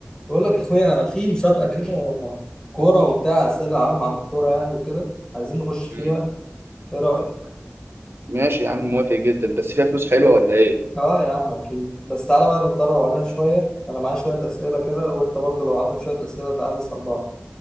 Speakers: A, on the left; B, on the right.
A: بقول لك يا اخويا في مسابقه كده كوره وبتاع اسئله عامه عن الكوره يعني وكده عايزين نخش فيها
B: مم.
A: ايه رايك
B: ماشي يا عم موافق جدا بس فيها فلوس حلوه ولا ايه
A: اه يا عم اكيد بس تعالى بقى نتدرب عليها شويه انا معايا شويه اسئله كده وانت برضه لو عندك شويه اسئله تعالى نسال بعض